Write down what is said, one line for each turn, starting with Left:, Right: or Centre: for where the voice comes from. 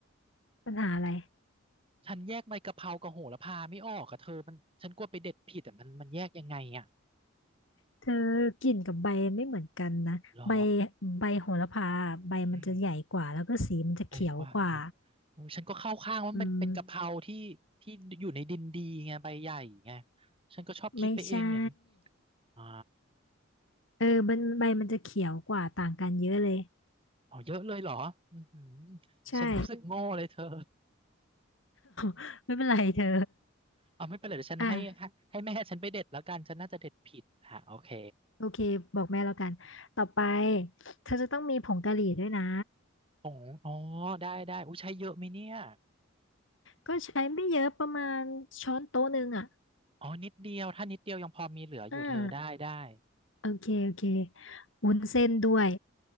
Left: ปัญหาอะไร
Right: ฉันแยกใบกะเพรากับโหระพาไม่ออกอะเธอมันฉันกลัวไปเด็ดผิดแต่มันมันแยกยังไงอะ
Left: เธอกลิ่นกับใบไม่เหมือนกันนะใบ
Right: หรอ
Left: ใบโหระพาใบมันจะใหญ่กว่าแล้วก็สีมันจะเขียวกว่า
Right: อืม ใหญ่กว่าครับเออฉันก็เข้าข้างว่ามันเป็นเป็นกะเพราที่ที่อยู่ในดินดีไงใบใหญ่ไง
Left: อืม
Right: ฉันก็ชอบคิดไปเองอย่างนี้
Left: ไม่ใช่
Right: อ่า
Left: เออมันใบมันจะเขียวกว่าต่างกันเยอะเลย
Right: อ๋อเยอะเลยเหรออือหือ
Left: ใช่
Right: ฉันรู้สึกโง่เลยเธอ
Left: <laughs> ไม่เป็นไรเธอ
Right: เอาไม่เป็นไรเดี๋ยวฉันให้ให้ให้แม่ฉันไปเด็ดแล้วกันฉันน่าจะเด็ดผิดฮะโอเค
Left: อ่ะ โอเค บอกแม่แล้วกัน ต่อไปเธอจะต้องมีผงกะหรี่ด้วยนะ
Right: ผงอ๋อได้ได้อุ้ยใช้เยอะไหมเนี่ย
Left: ก็ใช้ไม่เยอะประมาณช้อนโต๊ะหนึ่งอ่ะ
Right: อ๋อนิดเดียวถ้านิดเดียวยังพอมีเหลืออยู่เธอได้ได้
Left: อ่าโอเคโอเควุ้นเส้นด้วย